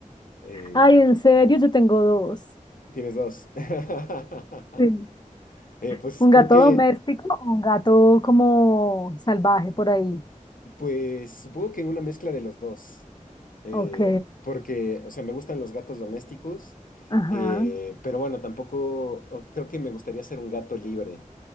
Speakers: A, on the left (about 85°); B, on the left (about 30°).
A: Eh,
B: Ay, en serio, yo tengo dos.
A: tienes dos. <laughs>
B: Sí.
A: Eh, pues
B: Un
A: creo
B: gato
A: que,
B: doméstico o un gato como salvaje por ahí.
A: pues supongo que una mezcla de los dos, Eh,
B: Ok,
A: porque, o sea, me gustan los gatos domésticos,
B: ajá.
A: eh, pero bueno, tampoco o- creo que me gustaría ser un gato libre,